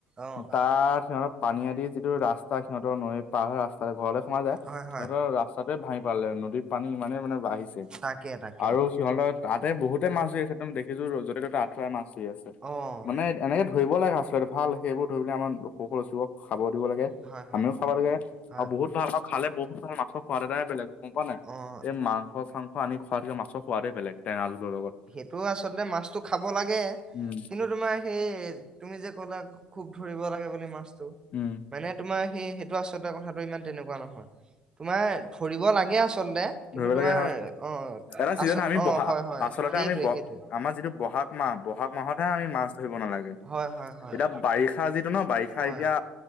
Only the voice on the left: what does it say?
তাৰ সিহ পানী আদি যিটো ৰাস্তা সিহঁতৰ নৈ পাৰ হৈ ৰাস্তা ঘৰতে সোমাই যায়,
সিহঁতৰ ৰাস্তাটোৱে ভাঙি পালে নদীৰ পানী ইমানেই মানে বাঢ়িছে
আৰু সিহঁতৰ তাতে বহুতে মাছ ধৰি আছে একদম দেখিছো যতে' ততে আঠুৱাই মাছ ধৰি আছে
মানে এনেকে ধৰিব লাগে আচলতে ভাল সেইবোৰ ধৰিবলৈ আমাৰ সৰু-সৰু লৰাছোৱালী বোৰক খাব দিব লাগে।
আমিও খাব লাগে
আৰু বহুত ভাল আৰু খালে বহুত ভাল মাছৰ সোৱাদ এটাই বেলেগ গম পোৱা নাই?
এই মাংস চাংস আনি খোৱাতকে মাছৰ সোৱাদে বেলেগ টেঙা জোলৰ লগত।
উম
উম
ধৰিব
লাগে হয়
এটা ছিজন
আমি
বহা
আচলতে
আমি ব আমাৰ যিটো বহাগ মাহ, বহাগ মাহতহে আমি মাছ ধৰিব নালাগে।
এতিয়া বাৰিষা যিটো ন বাৰিষা
এতিয়া